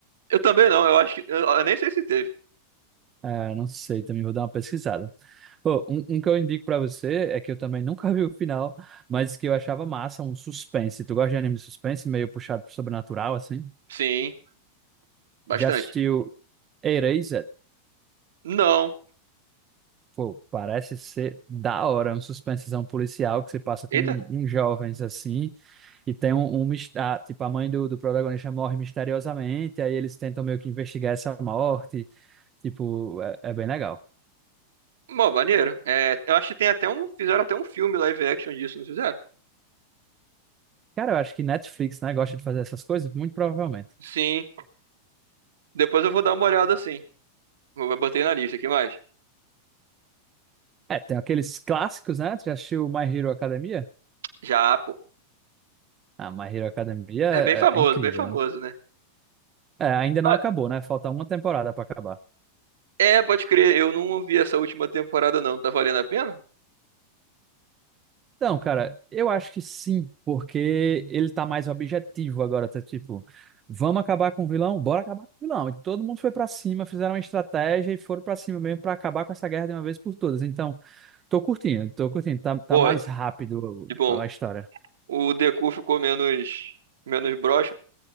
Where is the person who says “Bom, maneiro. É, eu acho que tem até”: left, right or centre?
Right